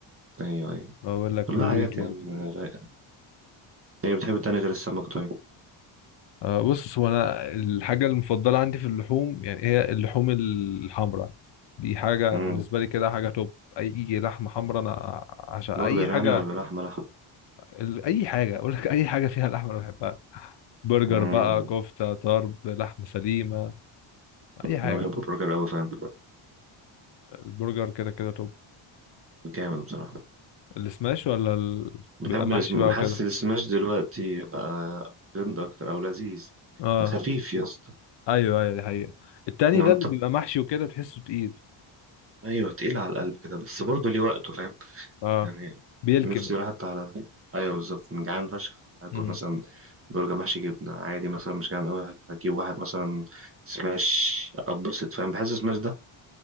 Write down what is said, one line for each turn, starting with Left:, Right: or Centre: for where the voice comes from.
Right: ايوه ايوه
Left: بقول لك
Right: كلها
Left: لذيذ
Right: حاجات
Left: برضه
Right: يا عم رايقه ايه بتحب تاني غير السمك طيب
Left: آه بص هو انا الحاجة المفضلة عندي في اللحوم يعني هي اللحوم الحمراء دي حاجة
Right: مم.
Left: بالنسبة لي كده حاجة توب أي لحمة حمراء أنا عشان أي
Right: برجر
Left: حاجة
Right: يعني ولا لحمه لحمه
Left: ال- أي حاجة أقول لك أي حاجة فيها لحمة أنا بحبها برجر
Right: مم.
Left: بقى كفتة طرب لحمة سليمة اي حاجه
Right: انا بحب البرجر قوي فعلا
Left: البرجر كده كده طب
Right: جامد بصراحه
Left: السماش ولا ال...
Right: بحب
Left: بيبقى محشي
Right: الاسم
Left: بقى
Right: حاسس
Left: وكده
Right: السماش دلوقتي بقى ترند اكتر او لذيذ
Left: اه
Right: وخفيف يا اسطى
Left: ايوه ايوه دي حقيقه التاني
Right: ان
Left: ده
Right: انت
Left: اللي بيبقى محشي وكده تحسه تقيل
Right: ايوه تقيل على القلب كده بس برضه ليه وقته فاهم
Left: اه
Right: يعني
Left: بيلكم
Right: نفسي راحت على ايوه بالظبط من جعان فشخ هاكل
Left: امم
Right: مثلا برجر محشي جبنه عادي مثلا مش جعان قوي هجيب واحد مثلا سماش اتبسط فاهم بحس سماش ده